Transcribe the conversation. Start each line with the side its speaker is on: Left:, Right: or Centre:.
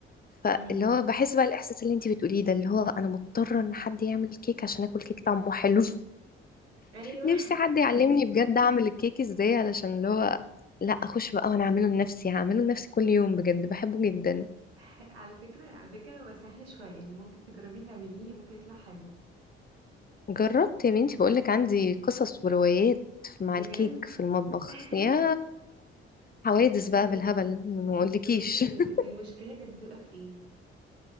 Left: فاللي
Right: امم
Left: هو بحس بقى الاحساس اللي انتي بتقوليه ده اللي هو انا مضطره ان حد يعمل كيك عشان اكل كيك طعمه حلو <laughs>
Right: ايوه
Left: نفسي حد يعلمني بجد اعمل الكيك ازاي علشان اللي هو لا اخش بقى وانا اعمله لنفسي هعمله لنفسي كل يوم بجد بحبه جدا
Right: <laughs> على فكره على فكره هو سهل شويه يعني ممكن تجربي تعمليه ممكن يطلع حلو
Left: جربت يا بنتي بقولك عندي قصص وروايات
Right: بجد
Left: مع الكيك في المطبخ
Right: <laughs>
Left: يا حوادث بقى
Right: ايه ده
Left: بالهبل ما اقولكيش
Right: طب انت الم-
Left: <laughs>
Right: المشكله كانت بتبقى في ايه